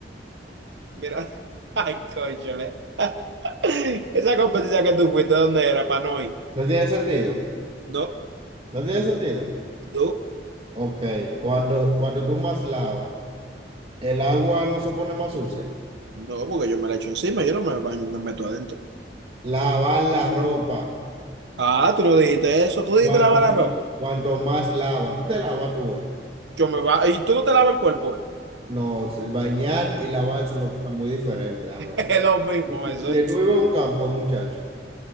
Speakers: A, on the right (about 85°); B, on the right (about 35°).
A: Mira, <laughs> ay, cónchale. <laughs> Esa competencia que tú fuiste, ¿dónde era, para no ir?
B: ¿No tiene sentido?
A: No,
B: ¿No tiene sentido?
A: no,
B: Ok, cuando, cuando tú más lavas, el agua no se pone más sucia.
A: no, porque yo me la echo encima, yo no me baño, me meto adentro.
B: Lavar la ropa.
A: Ah, tú no dijiste eso, tú dijiste
B: Cuanto,
A: lavar la ropa.
B: cuanto más lava, tú te lavas tú, eh.
A: Yo me va, y tú no te lavas el cuerpo, eh?
B: No, sí, bañar y lavar son dos cosas muy diferentes, déjame
A: <laughs> Es
B: decir.
A: lo mismo
B: Y,
A: eso.
B: y,
A: <laughs> ¿Y
B: y tú vives en un campo, muchacho.